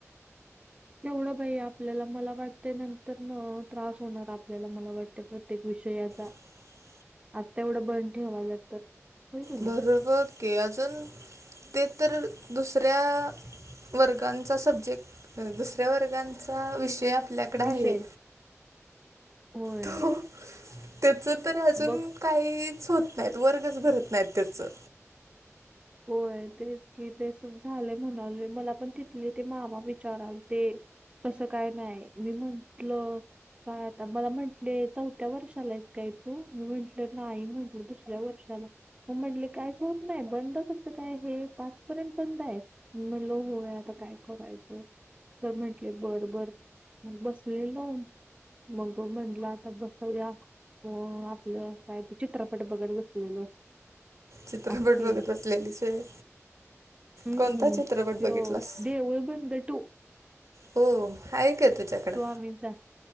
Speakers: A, on the right (about 20°); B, on the right (about 80°).
A: केवढं बाई. आपल्याला मला वाटते. नंतर न त्रास होणार आपल्याला, मला वाटते प्रत्येक विषयाचा.
B: <inaudible>
A: आत्ता एवढं बंद ठेवाल्यात तर, होय का नाही
B: बरोबर ओके. आजून ते तर दुसऱ्या वर्गाचा सब्जेक्ट. दुसऱ्या वर्गा चा विषय आपल्याकड आहे.
A: विषय होय.
B: तो त्याचं तर अजून
A: बघ
B: काहीच होत नाहीत. वर्गच भरत नाहीत त्याचं.
A: होय. तेच की, तसंच झालय म्हणालोय. मला पण तिथले ते मामा विचारालते तसं काय नाही. मी म्हंटलं, का आता मला म्हंटले चौथ्या वर्षाला आहेस काय तू? मी म्हंटलं नाही म्हटल दुसऱ्या वर्षाला. मग म्हटले कायच होत नाही बंद असकस काय हे. पाचपर्यंत बंद आहे. मी म्हटलो होय आता काय करायचं. तर म्हंटले बर बर मग बसलेलो. मग म्हटला, आता बस पहिला. म आपलं काय तर चित्रपट बघत बसलेलो.
B: चित्रपट
A: असं
B: बघत
A: केलं
B: बसलेलीस होय.
A: हम्म
B: कोणता चित्रपट
A: त्यो
B: बघितलास?
A: देऊळ बंद टू.
B: हो आहे काय तुझ्याकडं?
A: स्वामींचा